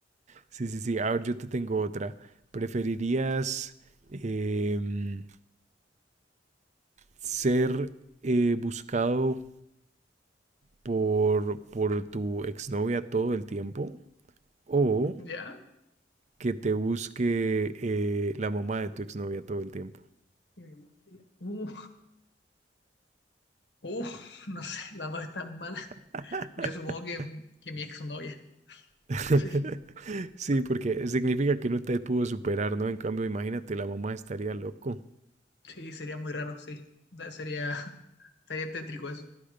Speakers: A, on the right; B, on the left.
A: Sí, sí, sí. A ver, yo te tengo otra. ¿Preferirías em, ser eh, buscado por, por tu exnovia todo el tiempo o
B: ¿Ya?
A: que te busque eh, la mamá de tu exnovia todo el tiempo?
B: Que me busque la- Uh, uh, no sé, las dos están mal.
A: <laughs>
B: Yo supongo que, que mi exnovia. <laughs>
A: <laughs>
B: Sí,
A: Sí, porque significa que no te pudo superar, ¿no? En cambio, imagínate, la mamá estaría loco.
B: sí, sería muy raro, sí. Da- Sería, <laughs> sería tétrico eso.